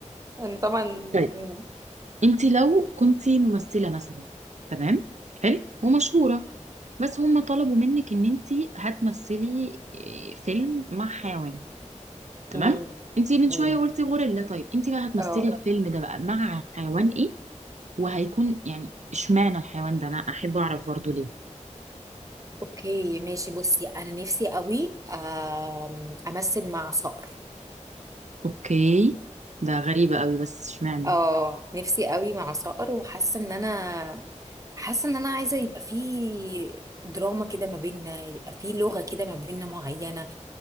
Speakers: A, on the right (about 25°); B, on the right (about 65°).
A: أنا طبعا
B: طيب
A: مم.
B: أنت لو كنت ممثلة مثلا تمام حلو ومشهورة بس هم طلبوا منك إن أنت هتمثلي آه، فيلم مع حيوان
A: مم.
B: تمام أنت من شوية
A: مم.
B: قلتي غوريلا طيب أنت بقى هتمثلي
A: اه
B: الفيلم ده بقى مع حيوان إيه وهيكون يعني إشمعنى الحيوان ده أنا أحب أعرف برضه ليه
A: اوكي ماشي بصي انا نفسي قوي آم، امثل مع صقر
B: أوكي ده غريبة قوي بس إشمعنى
A: اه نفسي قوي مع صقر وحاسه ان انا حاسه ان انا عايزه يبقى في دراما كده ما بيننا يبقى في لغه كده ما بيننا معينه